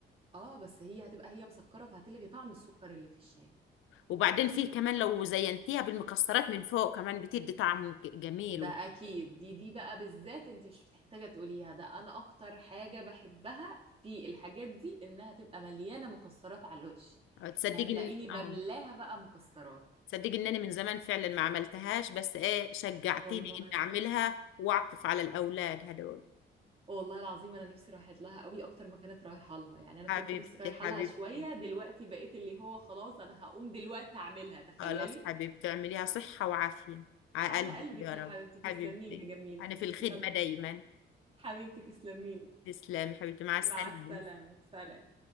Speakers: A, on the right (about 30°); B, on the left (about 85°).
A: اه بس هي هتبقى هي مسكرة فهتلغي طعم السكر اللي في الشاي
B: وبعدين فيه كمان لو زينتيها بالمكسرات من فوق كمان بتدي طعم ج- جميل
A: ده أكيد دي دي بقى بالذات أنت مش محتاجة تقوليها ده أنا أكتر حاجة بحبها في الحاجات دي إنها تبقى مليانة مكسرات على الوش
B: وتتصدقي
A: فهتلاقيني
B: ان
A: بملاها
B: اه
A: بقى مكسرات
B: صدقي ان انا من زمان فعلا ما عملتهاش بس ايه شجعتيني
A: والله
B: ان اعملها واعطف على الاولاد هدول
A: والله العظيم انا نفسي رايحه لها قوي اكتر ما كانت رايحه لها يعني انا كنت
B: حبيبتي
A: نفسي رايحه
B: حبيبتي
A: لها شويه دلوقتي بقيت اللي هو خلاص انا هقوم دلوقتي اعملها تخيلي
B: خلاص حبيبتي اعمليها صحة وعافية على
A: على
B: قلبك
A: قلبك
B: يا رب
A: يا حبيبتي تسلمي
B: حبيبتي
A: لي يا جميل
B: انا في الخدمة
A: يلا
B: دايما
A: حبيبتي تسلمي لي
B: تسلمي حبيبتي مع
A: مع
B: السلامة
A: السلامة سلام